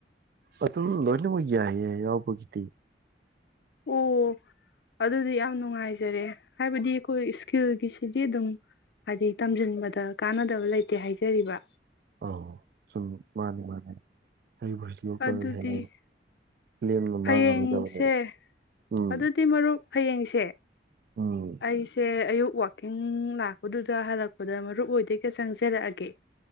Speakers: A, on the right (about 55°); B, on the left (about 65°).
A: ꯑꯗꯨꯝ ꯂꯣꯏꯅꯃꯛ ꯌꯥꯏꯌꯦ ꯌꯥꯎꯕꯒꯤꯗꯤ
B: ꯑꯣ ꯑꯗꯨꯗꯤ ꯌꯥꯝ ꯅꯨꯡꯉꯥꯏꯖꯔꯦ ꯍꯥꯏꯕꯗꯤ ꯑꯩꯈꯣꯏ ꯏꯁꯀꯤꯜꯒꯤꯁꯤꯗꯤ ꯑꯗꯨꯝ ꯍꯥꯏꯗꯤ ꯇꯝꯖꯤꯟꯕꯗ ꯀꯥꯟꯅꯗꯕ ꯂꯩꯇꯦ ꯍꯥꯏꯖꯔꯤꯕ
A: ꯑꯣ ꯆꯨꯝꯃ ꯃꯥꯅꯤ ꯃꯥꯅꯤ ꯍꯩꯕꯨ ꯍꯩꯖꯤꯟꯍꯧꯇꯥꯔꯒꯗꯤ
B: ꯑꯗꯨꯗꯤ
A: ꯍꯌꯦꯡꯋꯥꯏ ꯂꯦꯝꯅ ꯃꯥꯡꯉꯔꯣꯏꯗꯕꯅꯦꯕ
B: ꯍꯌꯦꯡꯁꯦ
A: ꯎꯝ
B: ꯑꯗꯨꯗꯤ ꯃꯔꯨꯞ ꯍꯌꯦꯡꯁꯦ
A: ꯎꯝ
B: ꯑꯩꯁꯦ ꯑꯌꯨꯛ ꯋꯥꯛꯀꯤꯡ ꯂꯥꯛꯄꯗꯨꯗ ꯍꯜꯂꯛꯄꯗ ꯃꯔꯨꯞ ꯍꯣꯏꯗ ꯍꯦꯛꯇ ꯆꯪꯖꯔꯛꯑꯒꯦ